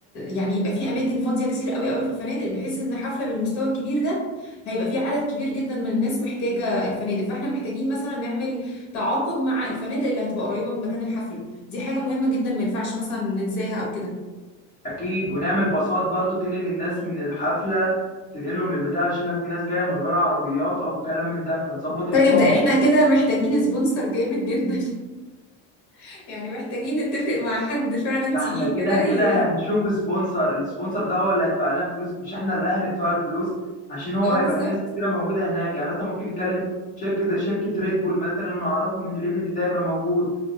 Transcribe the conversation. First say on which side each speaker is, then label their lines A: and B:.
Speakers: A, on the left; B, on the left.
A: يعني يبقى في اماكن فاضيه كتير قوي قوي في الفنادق بحيث ان حفله بالمستوى الكبير ده هيبقى في عدد كبير جدا من الناس محتاجه الفنادق فاحنا محتاجين مثلا نعمل تعاقد مع الفنادق اللي هتبقى قريبه من مكان الحفله دي حاجه مهمه جدا ما ينفعش مثلا ننساها او كده
B: اكيد ونعمل باصات برضو تنقل الناس من الحفله تنقلهم للبتاع عشان لو في ناس جايه من غير عربيات او الكلام من ده فنظبط الاقامه
A: طيب ده احنا كده محتاجين سبونسر جامد جدا <laughs> يعني محتاجين نتفق مع حد فعلا
B: ده
A: تقيل
B: احنا كده
A: كده ي...
B: كده هنشوف سبونسر السبونسر ده هو اللي هيدفع لنا فلوس مش احنا اللي هندفع له فلوس عشان هو
A: اه
B: هيبقى
A: بالظبط
B: في ناس كتيره موجوده هناك يعني مثلا ممكن نتكلم شركه زي شركه ريد بول مثلا ونعرفهم ان الايفنت ده هيبقى موجود